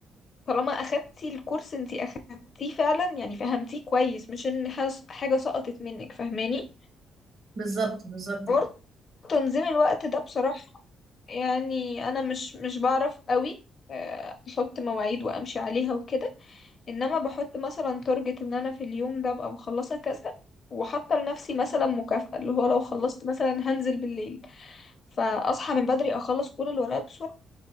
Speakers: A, on the left; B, on the right.
A: طالما اخدتي الكورس انتي اخدتيه فعلا يعني فهمتيه كويس مش ان حاس- حاجة سقطت منك فاهماني
B: بالظبط بالظبط
A: حوار
B: كده
A: تنظيم الوقت ده بصراحة يعني انا مش مش بعرف قوي آه، احط مواعيد وامشي عليها وكده انما بحط مثلا تارجت ان انا في اليوم ده ابقى مخلصة كذا وحاطة لنفسي مثلا مكافأة اللي هو لو خلصت مثلا هنزل بالليل فاصحى من بدري اخلص كل اللي ورايا بسرعه